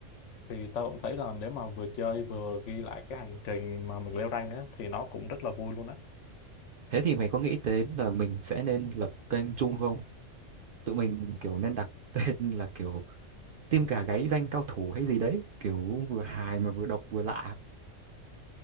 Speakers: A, on the left (about 75°); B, on the right (about 55°).
A: thì tao cũng thấy là nếu mà vừa chơi vừa ghi lại cái hành trình mà mình leo rank á thì nó cũng rất là vui luôn á
B: thế thì mày có nghĩ đến là mình sẽ nên lập kênh chung không tụi mình kiểu nên đặt <laughs> tên là kiểu tim gà gáy danh cao thủ hay gì đấy kiểu vừa hài mà vừa độc vừa lạ